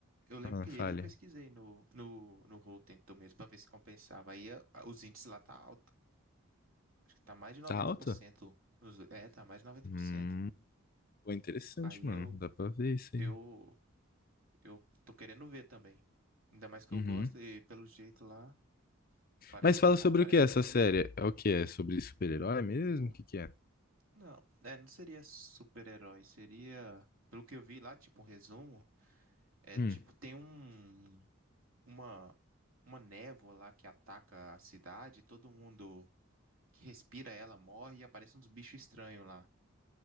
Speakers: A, on the right; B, on the left.
A: Eu lembro
B: Ah,
A: que
B: falha.
A: ele eu pesquisei no, no, no Rotten Tomatoes pra ver se compensava. Aí a- os índices lá tá alto. Tá mais de 90%.
B: Tá alto?
A: nos- É, tá mais de noventa
B: Hum...
A: por cento,
B: Pô, interessante,
A: Aí
B: mano.
A: eu,
B: Dá pra ver isso
A: eu,
B: aí.
A: eu tô querendo ver também. Ainda mais que
B: Uhum.
A: eu gosto e pelo jeito lá, parece
B: Mas
A: ser
B: fala
A: bom,
B: sobre
A: parece.
B: o que é essa série? É o que é? Sobre super-herói mesmo?
A: Pô,
B: O que que é?
A: não, é, não seria super-herói, seria. Pelo que eu vi lá, tipo, um resumo, é
B: Hum.
A: tipo, tem um, uma, uma névoa lá que ataca a cidade, todo mundo que respira ela morre e aparecem uns bichos estranhos lá.